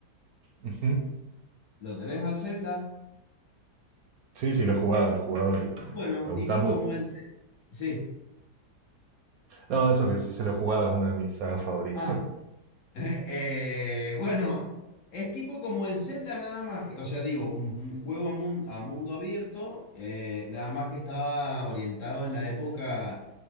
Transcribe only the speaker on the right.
Ujú.
Sí, sí, lo he jugado, lo he jugado y
me gusta
mucho.
No, eso que sí se lo he jugado es una de mis sagas favoritas.
<laughs>